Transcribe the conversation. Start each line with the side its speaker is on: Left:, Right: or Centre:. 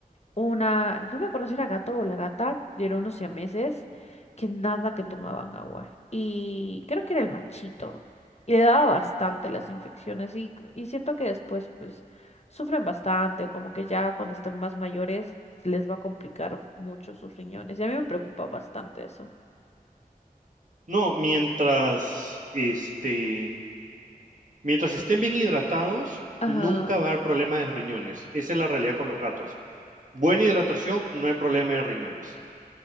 Left: una, no me acuerdo si era gato o la gata, eran unos siameses que nada que tomaban agua. Y creo que era el machito. Y le daba bastante las infecciones y, y siento que después pues sufren bastante o como que ya cuando están más mayores les va a complicar mucho sus riñones. Y a mí me preocupa bastante eso.
Right: No, mientras, este, mientras estén bien hidratados,
Left: Ajá,
Right: nunca va a haber problema de riñones. Esa es la realidad con los gatos. Buena hidratación, no hay problema de riñones.